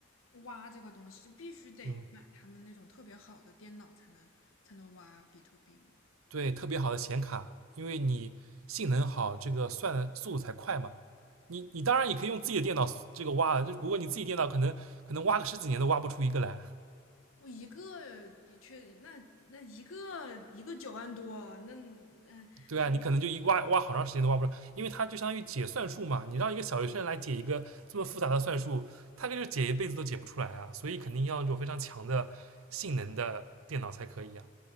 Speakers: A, on the left (about 80°); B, on the right (about 90°).
A: 挖这个东西，就必须得买他们那种特别好的电脑才能才能挖比特币吗？
B: 嗯，对，特别好的显卡，因为你性能好，这个算的速度才快嘛。你你当然也可以用自己的电脑这个挖了，就不过你自己电脑可能可能挖个十几年都挖不出一个来。
A: 我一个也确，那那一个一个九万多，那嗯，
B: 对啊，你可能就一挖挖好长时间都挖不出来，因为它就相当于解算术嘛。你让一个小学生来解一个这么复杂的算术，他可就解一辈子都解不出来啊。所以肯定要那种非常强的性能的电脑才可以啊，